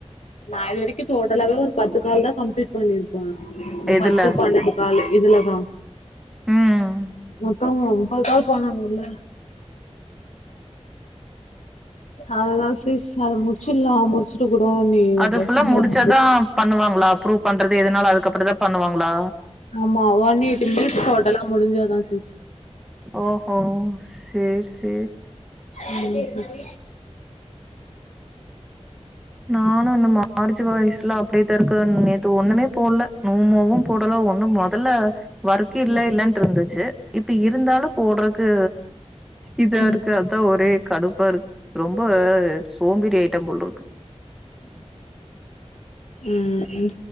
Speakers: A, on the left (about 75°); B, in the centre.
A: நா இது வரைக்கு டோட்டலாவவே ஒரு பத்து கால் தா கம்ப்ளீட் பண்ணிருக்கு அ ஒரு
B: இதுல
A: பத்து பன்னெண்டு காலு இதுலதா
B: ம்
A: மொத்தோ ஒரு முப்பது கால் பண்ணனும்ல அவ்ளோ சிஸ் அத முடிச்சிட்லா முட் முடிச்சிட்டு கூடோ நீ <unintelligible>
B: அது ஃபுல்லா முடிச்சாதா பண்ணுவாங்களா அப்ரூவ் பண்றது எதுனாலு அதுக்கப்புற தா பண்ணுவாங்களா
A: ஆமா ஒன் எயிட்டி மினிட்ஸ் டோட்டலா முடிஞ்சாதா சிஸ்
B: ஓஹோ சேரி சேரி
A: ம் சிஸ்
B: நானு அந்த மார்ச் வாய்சுல அப்டியேதா இருக்கேன் நேத்து ஒன்னுமே போட்ல நோமோவு போடல ஒன்னும் மொதல்ல வர்க் இல்ல இல்ல இன்ட்டு இருந்துச்சி இப்ப இருந்தாலும் போட்றக்கு இதா
A: ம்
B: இருக்கு அதான் ஒரே கடுப் பா இருக் ரொம்ப சோம்பேறி ஆகிட்டே போல இருக்கு
A: ம்